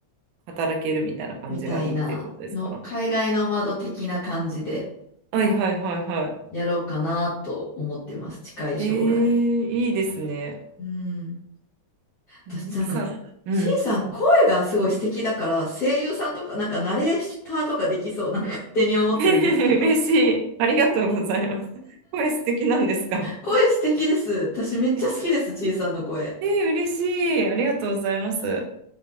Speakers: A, on the right; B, on the left.
A: 働けるみたいな感じがいいってことですか。
B: みたいなの、海外ノマド的な感じで
A: はいはいはいはい。
B: やろうかなと思ってます、近い将来。
A: ええいいですね。
B: うん。私なんか、
A: ミキさん、うん。
B: ちいさん声がすごい素敵だから、声優さんとか、なんかナレーターとかできそう、なんか勝手に思ってるんですけど。
A: <laughs> 嬉しい。ありがとうございます。声素敵なんですか。
B: 声素敵です。私めっちゃ好きです、
A: えー、
B: ちいさんの声。
A: えー嬉しい。ありがとうございます。